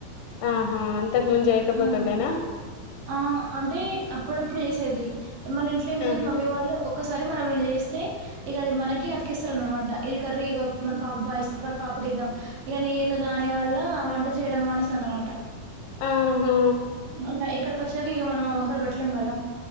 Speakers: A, on the left; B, on the right.
A: ఆహా అంతకు ముందు చేయకపోతుండేనా
B: హ్ ఆ అంటే అప్పుడు అప్పుడు చేసేది మన ఇంట్లో ఏంటిదని
A: ఆహా
B: మమ్మీ వాళ్ళు ఒక్కసారి మనం ఏమన్న చేస్తే అది మనకి అతికిస్తారూ అన్నమాట ఇది కర్రీ ఇగో మన పాప బాగా చేస్తది మన పాప గిద్దం. ఇగా నేను దాని వల్ల వంట చేయడం. మానేశా అన్నమాట
A: ఆహా
B: మా అమ్మ ఎగ్ ఇక్కడికి వచ్చినాక ఇక మనం ఆ వంకలు పెట్టలేం గాదా